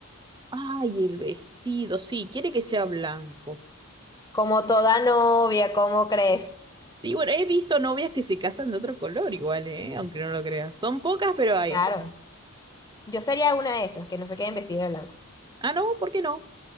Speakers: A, on the right; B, on the left.
A: Ay, el vestido, sí, quiere que sea blanco.
B: Como toda novia, ¿cómo crees?
A: Y bueno, he visto novias que se casan de otro color igual, ¿eh? Aunque no lo creas. Son pocas, pero hay.
B: Claro, yo sería una de esas, que no se queden vestidas de blanco.
A: Ah, no, ¿por qué no?